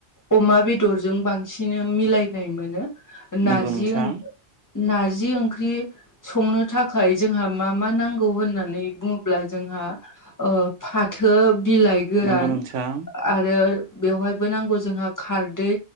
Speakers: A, on the left; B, on the right.
A: अमा बेदरजों बांसिन मिलायनाय मोनो
B: नंगौ
A: नारजि
B: नोंथां
A: ओं नारजि ओंख्रि संनो थाखाय जोंहा मा मा नांगौ होननानै बुङोब्ला जोंहा ओ फाथो बिलाइ गोरान
B: नंगौ नोंथां
A: आरो बेवहायबो नांगौ जोंहा खारदै